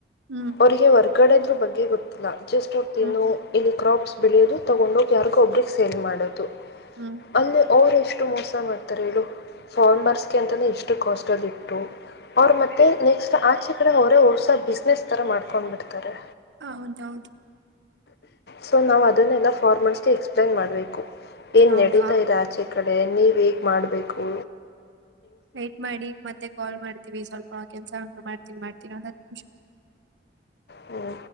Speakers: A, on the right (about 85°); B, on the left (about 65°).
A: ಹ್ಮ್
B: <unintelligible> ಗಡೆದ್ರು ಬಗ್ಗೆ ಗೊತ್ತಿಲ್ಲ. ಜಸ್ಟ್ ಹೋಗ್ತಿನ್ನು
A: ಹ್ಮ್
B: ಇಲ್ ಕ್ರಾಪ್. ಬೆಳಿಯೋದು ತಗೊಂಡೋಗಿ ಯಾರಿಗೋ ಒಬ್ರಿಗೆ ಸೇಲ್ ಮಾಡೋದು.
A: ಹ್ಮ್
B: ಅಲ್ಲೆ. ಅವರು ಎಷ್ಟು ಮೋಸ ಮಾಡ್ತಾರೆ ಹೇಳು ಫಾರ್ಮರ್ಸ್ಗೆ ಅಂತಲೇ ಎಷ್ಟು ಕಾಸ್ಟಲ್ಲಿ ಇಟ್ಟು. ಅವ್ರ್ ಮತ್ತೆ ನೆಕ್ಸ್ಟ್ ಆಚೆ ಕಡೆ ಅವರೇ ಹೊರ್ಸ ಬಿಸ್ನೆಸ್ ತರ ಮಾಡ್ಕೊಂಡ್ ಬಿಡ್ತಾರೆ.
A: ಹೌದೌದು.
B: ಸೊ ನಾವು ಅದನ್ನೆಲ್ಲ ಫಾರ್ಮರ್ಸ್ಗೆ ಎಕ್ಸ್ಪ್ಲೇನ್ ಮಾಡ್ಬೇಕು. ಏನ್
A: ಹೌದು
B: ನಡೀತಾ ಇರ್ ಆಚೆ. ಕಡೆ ನೀವು ಹೇಗ್ ಮಾಡ್ಬೇಕು.
A: ವೈಟ್ ಮಾಡಿ ಮತ್ತೆ ಕಾಲ್ ಮಾಡ್ತೀವಿ ಸ್ವಲ್ಪ ಕೆಲ್ಸ ಉಂಟು ಮಾಡ್ತೀನ್ ಮಾಡ್. ಇನ್ನೊಂದ್ ಹತ್ತ ನಿಂಷ‌.
B: ಹ್ಮ.